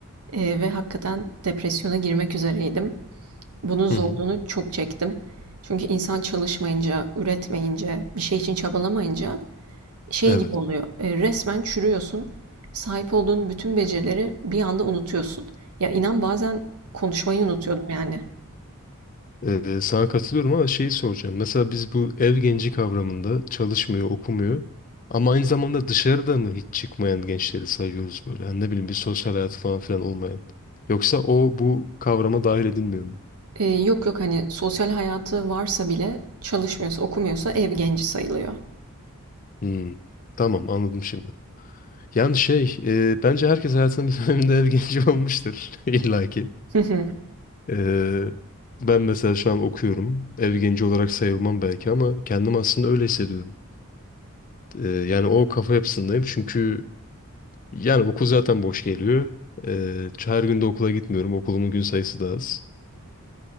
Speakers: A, on the right (about 80°); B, on the left (about 35°).
A: E, ve hakikaten depresyona girmek üzereydim. Bunun zorluğunu
B: hı hı.
A: çok çektim. Çünkü insan çalışmayınca, üretmeyince, bir şey için çabalamayınca şey
B: Evet.
A: gibi oluyor. e, resmen çürüyorsun. Sahip olduğun bütün becerileri bir anda unutuyorsun. Ya inan bazen konuşmayı unutuyordum yani.
B: Ee, sana katılıyorum ama şeyi soracağım. Mesela biz bu ev genci kavramında çalışmıyor, okumuyor ama aynı zamanda dışarıda mı hiç çıkmayan gençleri sayıyoruz böyle? Hani ne bileyim bir sosyal hayatı falan filan olmayan. Yoksa o bu kavrama dahil edilmiyor mu?
A: E, yok yok hani sosyal hayatı varsa bile çalışmıyorsa, okumuyorsa ev genci sayılıyor.
B: Hmm. Tamam anladım şimdi. Yani şey e, bence herkes hayatının bir <laughs> döneminde ev genci <laughs> olmuştur <laughs> illa ki.
A: <laughs>
B: Ee, ben mesela şu an okuyorum. Ev genci olarak sayılmam belki ama kendim aslında öyle hissediyorum. Ee, yani o kafa yapısındayım çünkü Yani okul zaten boş geliyor. Ee, her gün de okula gitmiyorum. Okulumun gün sayısı da az.